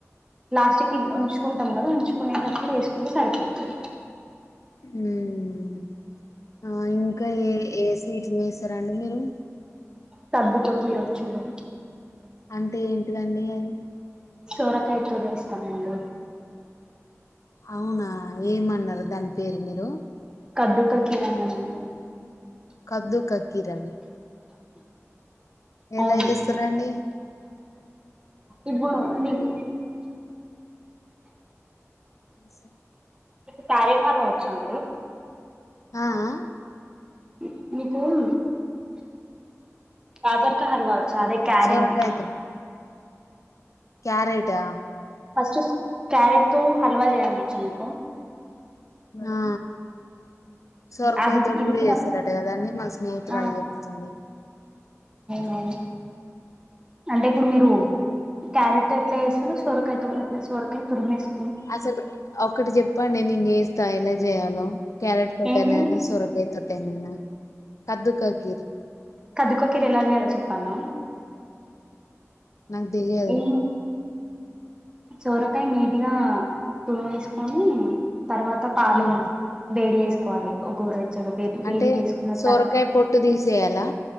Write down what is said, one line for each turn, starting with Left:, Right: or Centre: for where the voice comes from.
Right: లాస్టికి వంచుకుంటాం కదా వంచుకునేటప్పుడు వేసుకుంటే సరిపోతుంది
Left: ఊ ఇంకా ఏ ఏ స్వీట్లు చేస్తారండి మీరు
Right: సర్దుకో చీర వచ్చింది
Left: అంటే ఏంటిదండి అవి
Right: సోరకైతో చేస్తానండి
Left: అవునా ఏమన్నారు దాని పేరు మీరు
Right: కడ్డికకిర్ అన్నానండి
Left: కబ్దు కకీరా
Right: అవును
Left: ఎలా చేస్తారండి
Right: ఇబ్బుడా మిక్
Left: స
Right: క్యారెట్ హల్వా వచ్చా అండి
Left: ఆ ఆ
Right: ని నీకుం బాజర్కా హల్వా వచ్చా అదే క్యారెట్ది
Left: సోరకాయతోటి క్యారెటా
Right: ఫస్ట్ క్యారెట్ తో హల్వా చేయడం వచ్చా మీకు
Left: ఆ సొరకాయ
Right: అది
Left: తోటి
Right: ఇది
Left: కూడా చేస్తారట కదాని మా స్నేహితురాలు
Right: ఆ
Left: చెప్తుంది
Right: అవ్ను అంటే ఇప్పుడు మీరు క్యారెట్ తో ఎట్ల చేస్తరు సోరకాయ తో సొరకాయ తురుమే స్
Left: అసలు ఒకటి చెప్పండి నేను చేస్తాయిలా చేయాలో క్యారట్ తొట్టేనైన
Right: ఏంటిది
Left: సొరకాయ తొట్టేనేనా కద్దుకాకిర్
Right: కద్దుకోకిర్ ఎలా చేయాలో చెప్పాలా
Left: నాక్ తెలియదు
Right: ఏం సోరకాయ నీటిగా తుడు వేసుకొని తర్వాత పాలు
Left: ఉమ్
Right: వేడి చేసుకోవాలి ఒకర చ్చగా వేడి వేడిగ
Left: అంటే
Right: వేసుకున్న
Left: సొరకాయ
Right: తర్వా
Left: పొట్టు తీసేయాలా